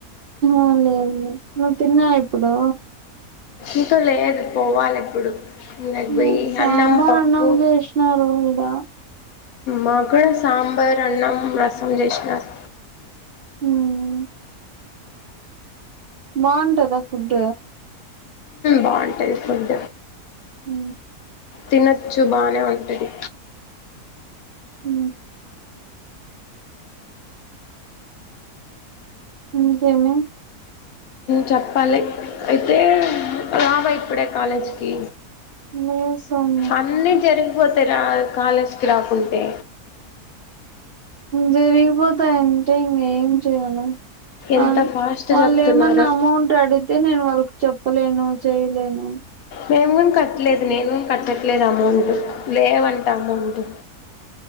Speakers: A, on the right (about 55°); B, on the left (about 70°).
A: ఆ లేదులే నువ్వు తిన్నా ఇప్పుడు
B: ఇంకో లేదు పోవాలి ఎప్పుడు నాగ
A: ఆ
B: భయి
A: సాంబార్
B: అన్నం పప్పుూ
A: అన్నం చేసినారు ఈడ
B: మకుడ సాంబార్ అన్నం రసం చేసినారు
A: మ్ బావుంటదా ఫడ్
B: బాగుంటది ఫుడ్
A: హు
B: తినొచ్చు బానే ఉంటది
A: హ ఇక ఏమి
B: చెప్పాలి అయితే రావా ఇప్పుడే కాలేజ్కి
A: లేస్తుంది
B: అన్నీ జరిగిపోతాయి రా కాలేజకి రాకుంటే
A: జరిగిపోతా అంటే ఇంక ఏం చెయాలి
B: ఎంత
A: అ
B: ఫాస్ట్
A: వాళ్ళు
B: చెప్తున్నారు
A: ఏమన్నా అమౌంట్ అడిగితే నేను వాళ్ళ చెప్పలేను చేయలేను
B: మేముని కట్టలేదు నేను కట్టట్లేదు అమౌంట్ లేవంట అమౌంట్